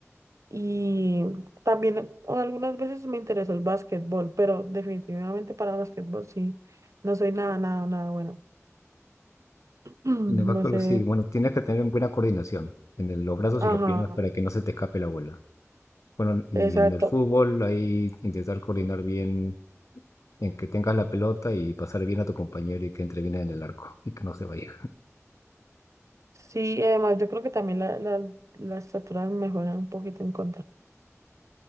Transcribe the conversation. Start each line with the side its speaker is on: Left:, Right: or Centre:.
Right: Y también algunas veces me interesó el básquetbol, pero definitivamente para básquetbol sí, no soy nada, nada, nada bueno. <clears throat>
Left: En el backpedal
Right: No sé,
Left: sí, bueno, tienes que tener buena coordinación en el- los brazos
Right: ajá,
Left: y las piernas para que no se te escape la bola. Bueno, y
Right: exacto.
Left: en el fútbol ahí intentar coordinar bien en que tengas la pelota y pasar bien a tu compañero y que entre bien en el arco y que no se vaya.
Right: Sí, y además yo creo que también la, la, las estatura me juegan un poquito en contra.